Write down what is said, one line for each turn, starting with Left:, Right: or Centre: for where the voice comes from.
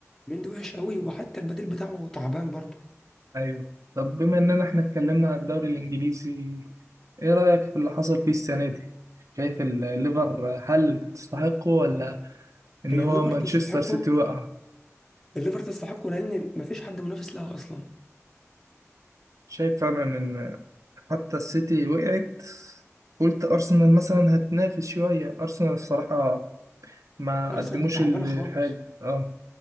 Centre: من ده وحش قوي وحتى البديل بتاعه تعبان برضو
Right: ايوه طب بما اننا احنا اتكلمنا عن الدوري الانجليزي ايه رأيك في اللي حصل فيه السنة دي شايف الليفر هل تستحقه ولا ان
Centre: هي
Right: هو
Centre: الليفر
Right: مانشستر
Centre: تستحقه
Right: سيتي وقع
Centre: الليفر تستحقه لان مفيش حد منافس لها اصلا
Right: شايف فعلا ان حتى السيتي وقعت قلت ارسنال مثلا هتنافس شوية ارسنال الصراحة ما
Centre: ارسنال
Right: قدموش
Centre: تعبانه
Right: الحاجة
Centre: خالص
Right: اه